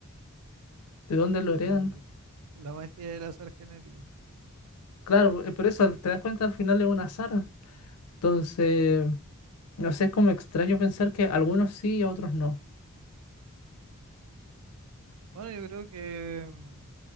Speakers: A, on the left; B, on the right.
A: ¿De dónde lo
B: Es
A: heredan?
B: el- la magia del azar genético.
A: Claro, eh, por eso te das cuenta al final es un azar. Entonces, no sé, es como extraño pensar que algunos sí y otros no.
B: Bueno, yo creo que, mm,